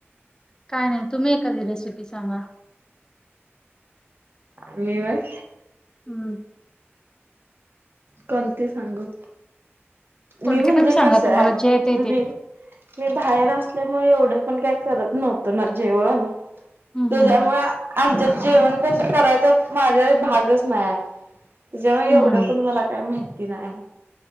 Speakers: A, on the left (about 15°); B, on the right (about 55°).
A: काय नाही तुम्ही एखादी रेसिपी सांगा.
B: मी व्हय.
A: हम्म.
B: कोणते सांगू
A: कोणती
B: मी म्हणजे
A: पण सांगा
B: कस
A: तुम्हाला
B: आहे
A: जे येते
B: मी
A: ते
B: मी बाहेर असल्यामुळे एवढं पण काय करत नव्हतो ना जेवण.
A: हम्म
B: त्याच्यामुळ
A: हम्म
B: आमच्यातं जेवण कस करायचं माझा भागच नाहीय जेव्हा एवढं
A: हम्म
B: पण मला काय माहिती नाय.